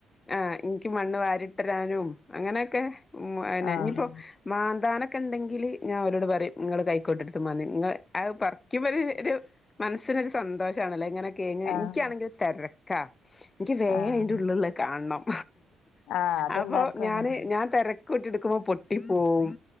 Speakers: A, on the left (about 30°); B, on the left (about 85°).
A: ആഹ് എൻക്ക് മണ്ണ് വാരിട്ടരാനും അങ്ങനെക്കെ ഉം അയന്നെ
B: ആഹ്
A: ഇഞ്ഞിപ്പോ മാന്താന ക്കണ്ടെങ്കില് ഞാ ഓരോട് പറയും ങ്ങള് കൈക്കോട്ടെടുത്ത് മാന്തി ങ്ങള് അത്‌ പറിക്കുമ്പര് ഒരു മനസ്സിനൊരു സന്തോ ഷ്‌ടാണ് ല്ലെ ഇങ്ങനെ കെയ്ഞ്ഞ്
B: ആഹ്
A: ഇൻക്ക്യാണെങ്കിൽ തെരക്കാ എൻക്ക് വേ
B: ആഹ്
A: അയിൻ്റ ഉള്ളിള്ളത് കാണണം.
B: ആഹ് അതെല്ലാർക്കും
A: അപ്പോ ഞാന്
B: അങ്ങനെ
A: ഞാൻ തെര കൂട്ടി ട്ക്കുമ്പം പൊട്ടി പോവും.